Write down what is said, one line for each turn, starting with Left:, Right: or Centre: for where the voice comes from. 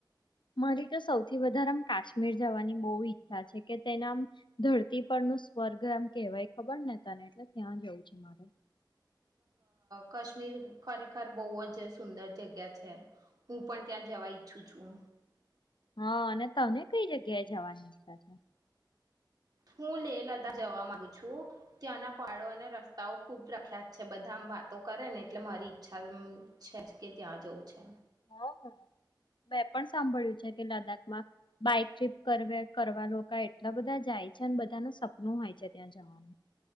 Left: મારી તો સૌથી વધારે આમ કાશ્મીર જવાની બહુ ઈચ્છા છે કે તેનામ, ધરતી પર ન સ્વર્ગ આમ કહેવાય ખબર ને તને એટલે ત્યાં જવું છે મારે.
Right: કાશ્મીર ખરેખર બહુ જ સુંદર જગ્યા છે, હું પણ ત્યાં જવા ઈચ્છું છું.
Left: હા અને તને કઈ જગ્યાએ જવાની ઈચ્છા છે?
Right: હું લેહ લદા જવા માંગુ છું, ત્યાંના પડો અને રસ્તાઓ ખુબ પ્રખ્યાત છે બધા આમ વાતો કરે ને એટલે મારી ઈચ્છા છે જ કે ત્યાં જવું છે.
Left: હ હ, મેં પણ સાંભળ્યું છે કે લદ્દાખમાં બાઈક ટ્રીપ કરવા લોકો એટલા બધા જાય છે અને બધા ન સપનું હોય છે ત્યાં જવાનું.